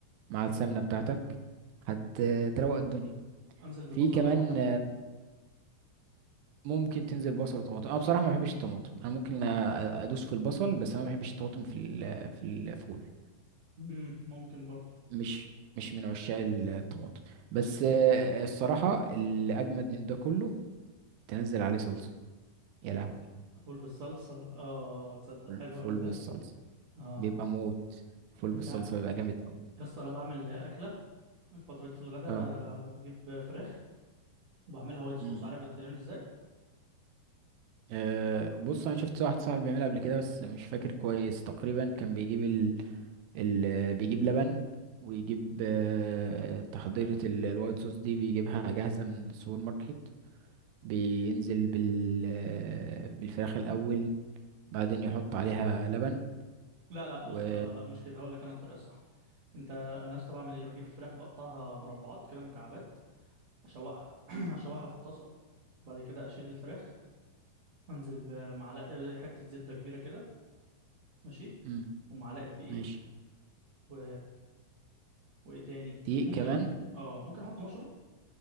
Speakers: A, on the right; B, on the right.
A: مع السمنة بتاعتك هتروق الدنيا
B: انزل ببصل
A: في كمان
B: وطماطم
A: ممكن تنزل بصل وطماطم انا بصراحه ما بحبش الطماطم انا ممكن أ- ادوس في البصل بس انا ما بحبش الطماطم في ال- في الفول
B: امم ممكن برضه
A: مش مش من عشاق الطماطم بس آه، الصراحه اللي اجمد من ده كله تنزل عليه صلصه يا لهوي
B: فول بالصلصة اه آه، تصدق
A: فول
B: حلو
A: فول
B: قوي ده
A: بالصلصه
B: اه
A: بيبقى موت فول
B: انت
A: بالصلصه
B: يا
A: بيبقى جامد قوي
B: اسطى انا بعمل اكلة الفترة دي في الغداء
A: اه
B: بجيب فراخ وبعملها وايت صوص
A: امم
B: عارف بتتعمل ازاي؟
A: أه بص انا شفت واحد صاحبي بيعملها قبل كده بس مش فاكر كويس تقريبا كان بيجيب ال... اللي بيجيب لبن ويجيب آه، تحضيرة ال- الوايت صوص دي بيجيبها جاهزة من السوبر ماركت بينزل بال آه، بالفراخ الأول بعدين يحط عليها لبن
B: لا لا بص
A: و
B: لا لا لا مش كده هقول لك انا الطريقة الصح انت انا يا اسطى بعمل ايه بجيب الفراخ بقطعها مربعات كده مكعبات اشوحها <clears throat> اشوحها في الطاسة بعد كده اشيل الفراخ انزل بمعلقة حتة زبدة كبيرة كده ماشي
A: مم،
B: ومعلقة دقيق
A: ماشي
B: و وايه تاني
A: دي
B: ممكن
A: كمان
B: اه ممكن احط مشروم